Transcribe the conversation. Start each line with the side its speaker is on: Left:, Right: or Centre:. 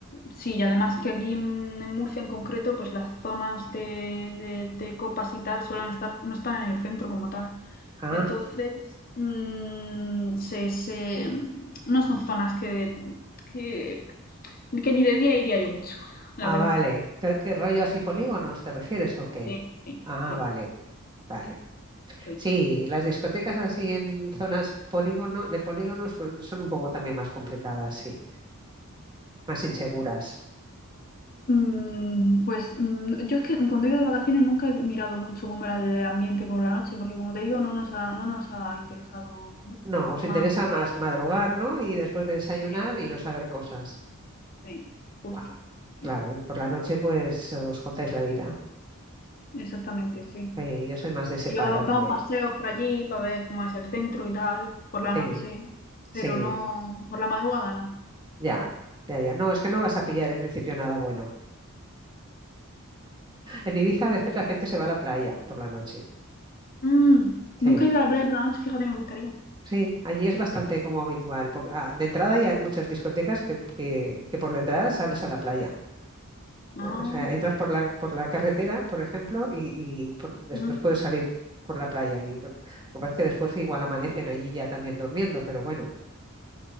Left: sí, y además que aquí en en Murcia en concreto, pues las zonas de, de- de copas y tal suelen estar, no están en el centro como tal.
Right: ah,
Left: Entonces, mm, se, se- mm, no son zonas que, que, que ni de día iría yo mucho, la
Right: Ah,
Left: verdad.
Right: vale. ¿Qué, qué rollo así polígonos te refieres o qué?
Left: Sí, sí,
Right: Ah,
Left: sí,
Right: vale, vale.
Left: sí.
Right: Sí, las discotecas así en zonas polígono, de polígonos pues, son un poco también más complicadas, sí, más inseguras.
Left: Mm, pues mm, yo es que cuando he ido de vacaciones nunca he mirado mucho cómo era el ambiente por la noche, porque como te digo, no nos ha, no nos ha interesado mucho,
Right: No,
Left: somos
Right: os
Left: más...
Right: interesa
Left: eh,
Right: más madrugar, ¿no? Y después de desayunar
Left: sí,
Right: iros a ver cosas.
Left: sí, justo,
Right: Guau, claro,
Left: sí,
Right: y por la noche pues os contáis la vida.
Left: exactamente, sí.
Right: Sí, yo soy más de ese
Left: Yo
Right: palo
Left: da- damos
Right: también.
Left: paseos por allí para ver cómo es el centro y tal, por la
Right: Sí,
Left: noche, pero
Right: sí,
Left: no, por la madrugada no.
Right: ya, ya, ya. No, es que no vas a pillar en principio nada bueno. En Ibiza a veces la gente se va a la playa por la noche.
Left: Mm, nunca
Right: Sí.
Left: he ido a la playa por la noche, fíjate, me gustaría.
Right: Sí, allí es bastante como habitual. porque, ah, de entrada ya hay muchas discotecas que, que- que por detrás sales a la playa.
Left: No,
Right: ¿eh? O sea, entras por la, por la carretera, por ejemplo, y, y por- después
Left: mm.
Right: puedes salir por la playa. Y lo, que lo que pasa es que después igual amanecen allí ya también durmiendo, pero bueno,